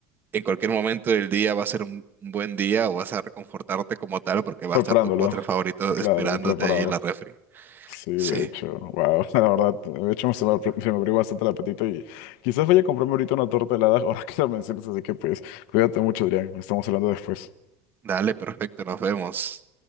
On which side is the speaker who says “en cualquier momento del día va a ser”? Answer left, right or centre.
Right